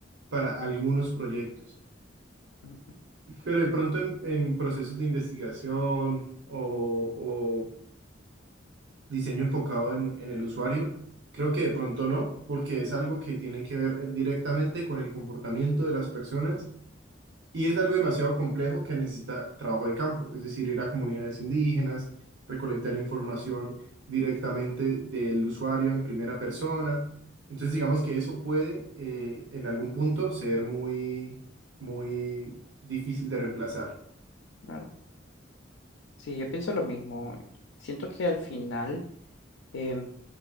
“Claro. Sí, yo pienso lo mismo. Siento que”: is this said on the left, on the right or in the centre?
Left